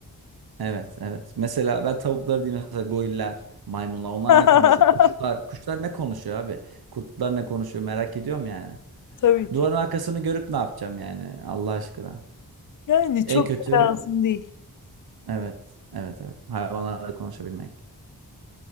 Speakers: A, on the right; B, on the left.
A: Evet evet. Mesela ben tavukları değil mesela goriller, maymunlar onlar
B: <laughs>
A: ne konuşuyor? Kuşlar, kuşlar ne konuşuyor abi? Kurtlar ne konuşuyor merak ediyorum yani.
B: Tabii ki.
A: Duvarın arkasını görüp ne yapacağım yani Allah aşkına.
B: Yani
A: En
B: çok
A: kötü
B: da lazım değil.
A: evet evet evet hayvanlarla konuşabilmek.